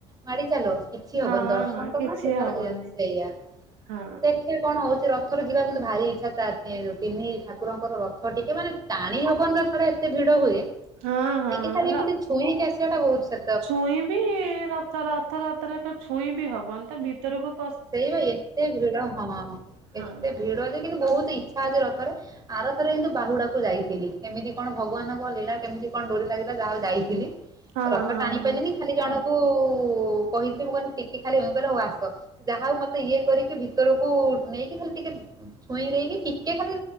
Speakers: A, on the right; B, on the right.
A: ମାଡି ଚାଲ କିଛି ହବନ
B: ହଁ
A: ଦର୍ଶନ
B: ହଁ
A: ତ
B: କିଛି
A: କଣ ସୁତା
B: ହବନି
A: ଲଗି ଯା ସେଇଆ
B: ହଁ
A: ଦେଖିଆ କଣ ହଉଚି। ରଥରେ ଯିବାକୁ କିନ୍ତୁ ଭାରି ଇଚ୍ଛା ତା ତିଁ ତିନି ଠାକୁରଙ୍କର ରଥ ଟିକେ ମାନେ ଟାଣି ହବ <unintelligible> ରେ ଏତେ ଭିଡ ହୁଏ
B: ହଁ ହଁ
A: ଟିକେ ଖାଲି ଏମିତି ଛୁଇଁକି ଆସିବାଟା ବହୁତ ସେ
B: ଛୁଇଁ ବି ରଥ ରଥଯାତରାରେ ତ ଛୁଇଁ ବି ହବନି ତା ଭିତରୁକୁ
A: ସେଇବା ଏତେ ଭିଡ ହଁ
B: ହଁ
A: ଏତେ ଭିଡ ଯେ କିନ୍ତୁ ବହୁତ ଇଚ୍ଛା ଅଛି ରଥରେ ଆରଥରେ କିନ୍ତୁ ବାହୁଡାକୁ ଯାଇଥିଲି। କେମିତି କଣ ଭଗବାନଙ୍କ ଲୀଳା କେମିତି କଣ ଡୋରି ଲାଗିଲା ଯାହା ହଉ ଯାଇଥିଲି।
B: ହଁ
A: ରଥ
B: ହଁ
A: ଟାଣି
B: ହଁ
A: ପାରିଲିନି ଖାଲି ଜଣଙ୍କୁ କହିଥିଲି ମୁଁ କହିଲି ଟିକେ ଖାଲି ହୁଁ କହିଲେ ହଉ ଆସ। ଯାହା ହଉ ମତେ ଇଏ କରିକି ଭିତରକୁ ନେଇକି ଖାଲି ଟିକେ ଛୁଇଁ ଦେଇକି ଟିକେ ଖାଲି